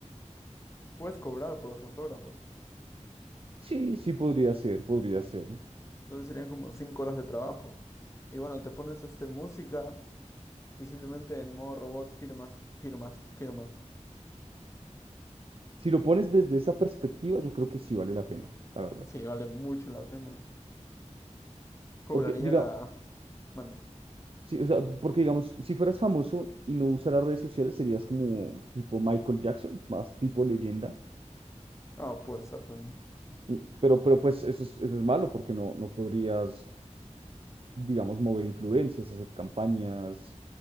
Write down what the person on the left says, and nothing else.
puedes cobrar por los autógrafos.
Entonces serían como cinco horas de trabajo. Y bueno, te pones este música y simplemente en modo robot firmas, firmas, firmas.
Sí, vale mucho la pena. Cobraría...
Mande.
Ah, puede ser también.